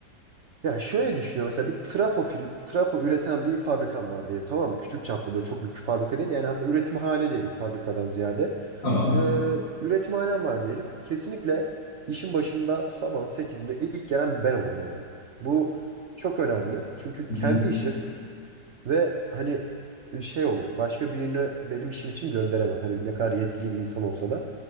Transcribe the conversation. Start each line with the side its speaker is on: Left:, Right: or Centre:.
Right: Ya şöyle düşünüyorum. Mesela bir trafo firm, trafo üreten bir fabrikam var diyelim tamam mı? Küçük çaplı böyle çok büyük bir fabrika değil. Yani hatta üretimhane diyelim fabrikadan ziyade.
Left: Tamam.
Right: Ee, üretimhanem var diyelim. Kesinlikle işin başında sabah sekizinde ilk gelen ben olurum oraya. Bu çok önemli. Çünkü
Left: Hı
Right: kendi
Left: hı.
Right: işim ve hani e, şey olur. Başka birini benim işim için gönderemem. Hani ne kadar yetkili bir insan olsa da.